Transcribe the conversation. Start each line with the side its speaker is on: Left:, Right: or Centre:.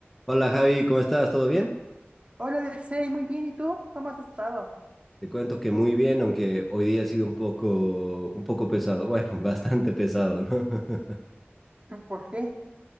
Centre: Hola Javi, ¿cómo estás? ¿Todo bien?
Right: Hola, Alexei, muy bien. ¿Y tú? ¿Cómo has estado?
Centre: Te cuento que muy bien, aunque hoy día ha sido un poco, un poco pesado, bueno, <laughs> bastante pesado, ¿no? <laughs>
Right: <laughs> ¿Por qué?